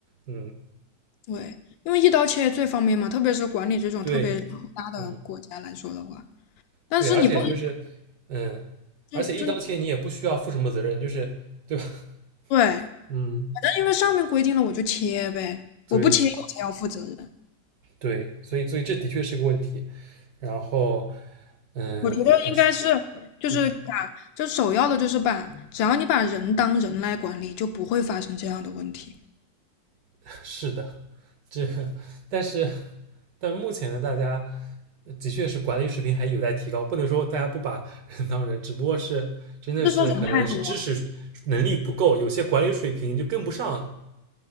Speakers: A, on the right (about 60°); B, on the left (about 85°).
A: 嗯，
B: 对，因为一刀切最方便嘛，特别是管理这种特别大的国家来说的话，
A: 对，嗯。
B: 但是你不能
A: 对，而且就是，嗯，而且一刀切你也不需要负什么责任，
B: 就就
A: 就是对吧？<laughs>
B: 对。
A: 嗯，
B: 那因为上面规定了，我就切呗，
A: 对，
B: 我不切我才要负责任。
A: 对，所以所以这的确是个问题。然后，嗯，
B: 我觉得应该是，
A: 啊是，
B: 就是把，
A: 嗯，
B: 就首要的就是把，只要你把人当人来管理，就不会发生这样的问题。
A: <laughs> 是的，这个，但是但是目前呢，大家的确是管理水平还有待提高，不能说大家不把人当人，只不过是真的是可能是知识能力不够，
B: 不是说人太多
A: 有些管理水平就跟不上